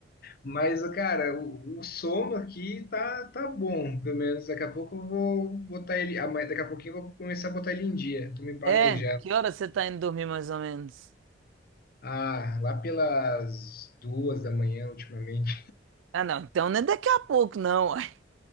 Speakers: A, on the left; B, on the right.
A: mas, cara, o, o sono aqui tá, tá bom. Pelo menos daqui a pouco eu vou botar ele. Amanhã, daqui a pouquinho eu vou começar a botar ele em dia. Tô me planejando.
B: É, que hora você tá indo dormir mais ou menos?
A: Ah, lá pelas duas da manhã ultimamente.
B: Ah, não, então não é daqui a pouco, não. uai.